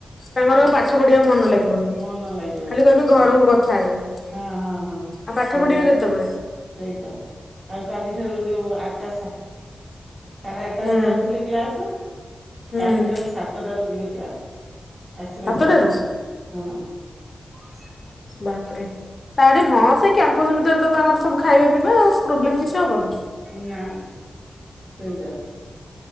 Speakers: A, on the left (about 45°); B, on the right (about 40°).
A: ତାଙ୍କର
B: ହଁ
A: ପାଠ ପଢିବା କୁ ମନ ଲାଗି ଖାଲି
B: ମନ ଲାଗିବନି
A: କହିବେ
B: ହଁ
A: ଘରକୁ କଥା ହେବେ
B: ହଁ ହଁ ହଁ।
A: ଆଉ ପାଠ
B: ହଁ
A: ପଢିବେ କେତେବେଳେ?
B: ସେଇତ ଆଉ କାଲିଠାରୁ ଯୋଉ ଆଠଟା ସାଢେ ଆଠଟରେ
A: ହୁଁ
B: ଯାଉଥିଲେ କ୍ଲାସ
A: ହୁଁ
B: କାଲିଠାରୁ ସାତଟାରୁ ଯିବେ କ୍ଲାସ ଆସିବେ
A: ସାତଟାରୁ
B: ଚାରିଟା। ହଁ।
A: ବାପରେ ତାରି ହଁ ସେ କ୍ୟାମ୍ପସ ଭିତରେ ତ ତାଙ୍କର ସବୁ ଖାଇବା ପିଇବା ଆଉ। ପ୍ରୋବ୍ଲେମ କିଛି ହବନି।
B: ନା, ନା ସେଇ ଟା